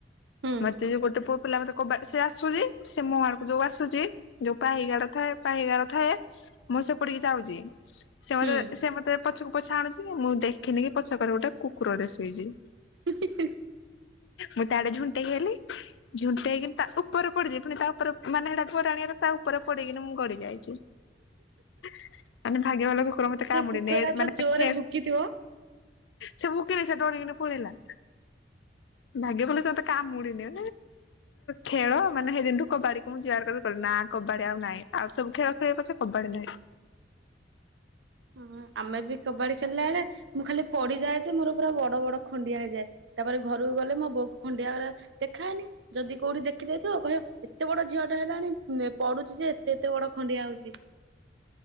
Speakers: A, on the right; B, on the left.
A: ହୁଁ
B: ମତେ ଯୋଉ ଗୋଟେ ପୁଅ ପିଲା ମତେ କବା ସେ ଆସୁଛି ସେ ମୋ ମୁଁ ଆଡକୁ ଯୋଉ ଆସୁଛି ଯୋଉ ପାହଗାର ଥାଏ ପାହିଗାର ଥାଏ ମୁଁ ସେପଡିକି ଯାଉଛି। ସେ ମତେ
A: ହୁଁ
B: ସେ ମତେ ପଛକୁ ପଛା ଆଣୁଛି ମୁଁ ଦେଖିନି କି ପଛକରେ ଗୋଟେ କୁକୁରଟେ ଶୋଇଛି।
A: <unintelligible>
B: ମୁଁ ତାଡେ ଝୁଣ୍ଟେଇ ହେଲି। ଝୁଣ୍ଟେଇଇକିନି ତା ଉପରେ ପଡିଯିବ ପୁଣି ତା ଉପରେ ମାନେ ସେଟା ଗଡ଼ାଣରେ ତା ଉପରେ ପଡେଇକିନି ମୁଁ ଗଡି ଯାଇଛି। ମାନେ ଭାଗ୍ୟ ଭଲ କୁକୁର ମତେ
A: ସେ
B: କାମୁଡିିନେ
A: କୁକୁରଟା ତ
B: ମାନେ
A: ଜୋରରେ
B: ଖେ।
A: ଭୁକିଥିବ।
B: ସେ ଭୁକିଲି ସେ ଡରିକିନ ପଳେଇଲା‌ ଭାଗ୍ୟ ଭଲ ସେ ମତେ କାମୁଡିନି। ଖେଳ ମାନେ ସେଇଦିନଠୁ କବାଡି କୁ ମୁଁ ଜୁହାର କ କ ନା କବାଡି ଆଉ ନାଇଁ ଆଉ ସବୁ ଖେଳ ଖେଲିବି ପଛ କବାଡି ନାଇଁ।
A: ହଁ ଆମେ ବି କବାଡି ଖେଳିଲା ବେଳେ ମୁଁ ଖାଲି ପଡିଯାଏ ଯେ ମୋର ପୁରା ବଡ ବଡ ଖଣ୍ଡିଆ ହେଇଯାଏ। ତାପରେ ଘରକୁ ଗଲେ ମୋ ବୋଉ କ ଖଣ୍ଡିଆ ଗ ଦେଖାଏନି। ଯଦି କୋଉଠି ଦେଖିଦେଇଥିବ କହ ଏତେ ବଡ ଝିଅ ଟା ହେଲାଣି ପଡୁଛି ଯେ କେତେ ବଡ ଖଣ୍ଡିଆ ହଉଛି।